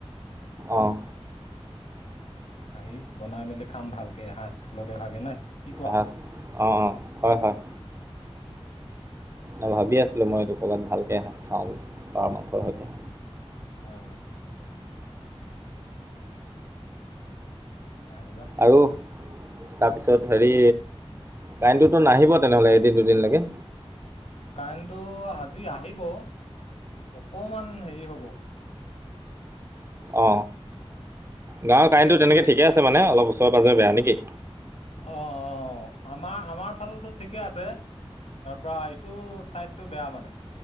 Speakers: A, on the right; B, on the left.
A: অহ
B: আহি বনাই মেলি খাম ভালকে এসাজ লগে ভাগে নাই কি কোৱা
A: অঁ অঁ হয় হয়
B: উম উম
A: নহ ভাবি আছিলো মইটো ক'ৰবাত ভালকে এসাঁজ খাওঁ বুলি পাৰ মাংসৰ সৈতে
B: অ আহিবা
A: আৰু তাৰপিছত হেৰি কাৰেণ্টটোতো নাহিব তেনেহলে এদিন দুদিন লৈকে
B: কাৰেনটো আজি আহিব অকমান দেৰি হব
A: অ গাঁৱৰ কাৰেণ্টো তেনেকে ঠিকে আছে মানে অলপ ওচৰে পাজৰে বেয়া নেকি
B: অ অ আমাৰ আমাৰ ফালেটো ঠিকে আছে তাৰ পৰা ইটো চাইটো বেয়া মানে